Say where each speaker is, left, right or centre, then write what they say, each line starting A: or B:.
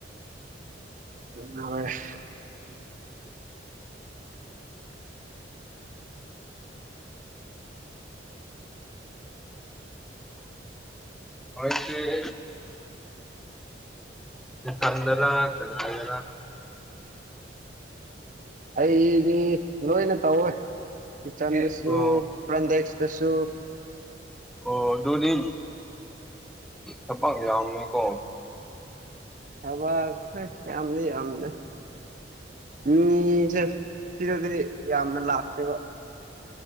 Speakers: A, on the right; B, in the centre.
A: ꯎ
B: ꯍꯛꯇ ꯄꯟꯅꯔ ꯄꯉꯥꯏꯔ
A: ꯑꯩꯗꯤ ꯂꯣꯏꯅ ꯇꯧꯋꯦ ꯀꯤꯆꯟꯗꯁꯨ
B: ꯑꯣ
A: ꯄ꯭ꯔꯟꯗꯦꯛꯁꯇꯁꯨ
B: ꯑꯣ ꯑꯗꯨꯗꯤ ꯊꯄꯥꯛ ꯌꯥꯝꯅꯤꯀꯣ
A: ꯑꯕ ꯀꯝꯅꯤ ꯌꯥꯝꯅ ꯃꯤꯁꯦ ꯁꯤꯗꯗꯤ ꯌꯥꯝꯅ ꯂꯥꯛꯇꯦꯕ